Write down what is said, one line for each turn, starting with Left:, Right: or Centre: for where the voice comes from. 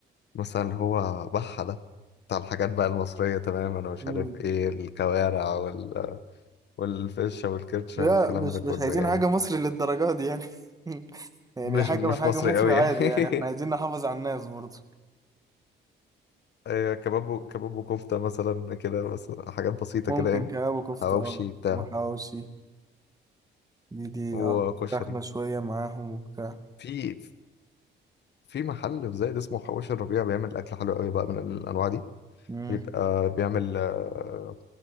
Left: مثلا اللي هو بحه ده بتاع الحاجات بقى المصريه تماما ومش
Right: مم.
Left: عارف ايه الكوارع وال- والفشه والكرشه
Right: لا
Left: والكلام
Right: مش
Left: ده كله
Right: مش عايزين
Left: يعني
Right: حاجه مصري للدرجه دي يعني <laughs> يعني
Left: مش
Right: حاجه
Left: مش
Right: من حاجه
Left: مصري
Right: مصري
Left: قوي
Right: عادي
Left: يعني
Right: يعني احنا عايزين
Left: <laughs>
Right: نحافظ على الناس برضه
Left: آه، كباب و- كباب وكفتة مثلا كده بس حاجات بسيطة
Right: ممكن
Left: كده يعني
Right: كباب وكفته
Left: حواوشي
Right: اه
Left: بتاع
Right: وحواوشي دي دي
Left: وكشري
Right: اه فراخ شويه معاهم وبتاع
Left: في في محل في زايد اسمه حواوشي الربيع بيعمل أكل حلو قوي بقى من الأنواع دي
Right: مم.
Left: بيبقى بيعمل آه،